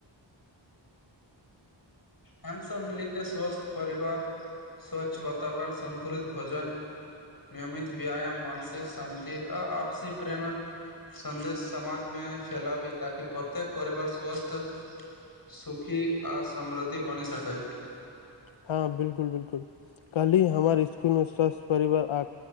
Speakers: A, on the left (about 50°); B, on the left (about 85°).
A: हम सभ मिली केँ स्वस्थ परिवार स्वच्छ वातावरण सन्तुलित भोजन नियमित व्यायाम मानसिक शान्ति आ आपसी प्रेमक सन्देश समाज मे फैलाबी ताकि प्रत्येक परिवार स्वास्थ्य सुखी आ समृद्धि बनी सकै
B: हँ बिलकुल बिलकुल कल्हि हमर स्कुल मे स्वस्थ परिवार आ